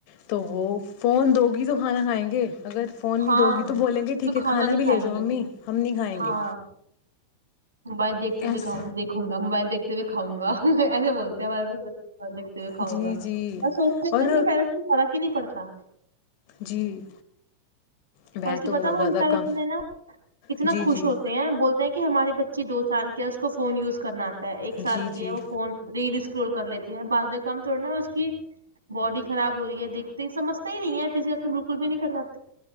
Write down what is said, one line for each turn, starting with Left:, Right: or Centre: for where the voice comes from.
Left: تو وہ فون دو گی تو کھانا کھائیں گے اگر فون نہیں
Right: ہاں
Left: دو گی تو بولیں گے ٹھیک
Right: تو
Left: ہے کھانا
Right: نہیں
Left: بھی
Right: کھائیں
Left: لے جو امی
Right: گے
Left: ہم نہیں کھائیں
Right: ہاں
Left: گے
Right: موبائل دیکھتے ہوئے
Left: ایس
Right: کھاؤں دیکھوں گا موبائل دیکھتے ہوئے کھاؤں گا اگے بولتے ہیں دیکھتے ہوئے کھاؤں
Left: جی
Right: گا
Left: جی
Right: بس اس میں
Left: اور
Right: سے ان کے پیر فرق ہی نہیں پڑتا
Left: جی میں
Right: بلک
Left: تو
Right: پتا
Left: بہت
Right: وہٹا
Left: زیادہ کم
Right: اتنے نا اتنا
Left: جی
Right: خوش
Left: جی
Right: ہوتے ہیں بولتے ہیں کہ ہماری بچی دو سال کی فونیوز کرنا آتا ایک سال
Left: جی
Right: کی
Left: جی
Right: ہے وہ فون ریڈ رول کر لیتی ہیں بع کام تھوڑ نا اس کی باڈی خراب ہو رہی ہے دیکھتے ہی سمجھ ہی نہیں ہے فزیکل ایکٹیویٹی بالکل بھی نہیں کر پاتے